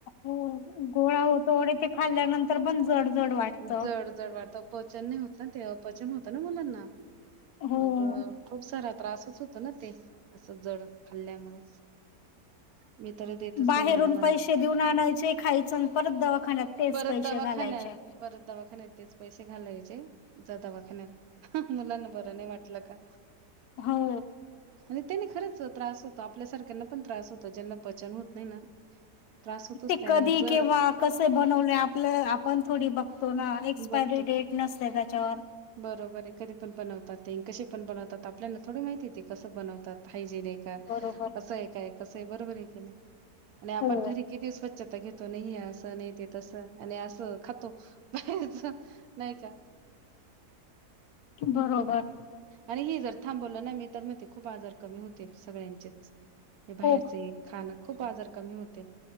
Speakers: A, on the left; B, on the right.
A: हो गोळा होतो आणि ते खाल्ल्यानंतर पण जड जड वाटत.
B: जड जड वाटतं पचन नाही होत ना ते अपचन होत ना मुलांना.
A: हो.
B: मग खूप सारा त्रासच होत ना ते असं जड खाल्ल्यामुळे. मी तर देतच
A: बाहेरून
B: नाही मग मुलां
A: पैसे देऊन आणायचे, खायचं आणि परत दवाखान्यात तेच
B: परत
A: पैसे
B: दवाखान्यात
A: घालायचे.
B: परत दवाखान्यात तेच पैसे घालायचे जा दवाखान्यात मुलांना बरं नाही वाटलं का.
A: हो.
B: आणि त्यानी खरंच त्रास होतो आपल्या सारख्यांना पण त्रास होतो ज्यांना पचन होत नाही ना त्रास होतोच
A: ते
B: त्याने
A: कधी
B: जड
A: किंवा कसे बनवले आपलं आपण थोडी बघतो ना एक्सपायरी
B: बघतो
A: डेट नसते त्याच्यावर.
B: बरोबर आहे कधी पण बनवतात ते अन कसे पण बनवतात आपल्याला थोडी माहितीे ते कसं बनवतात. पाहिजे नाही का
A: बरोबर.
B: कसं आहे काय कसं आहे बरोबर आहे की नाही आणि आपण
A: हो.
B: घरी स्वच्छता घेतो नाही हे असं नाही ते तसं आणि असं खातो बाहेरच नाही का.
A: बरोबर.
B: आणि हे जर थांबवलं ना मी तर म्हणते खूप आजार कमी होतील सगळ्यांचेच हे बाहेरच
A: हो
B: खाण खूप आजार कमी होतील.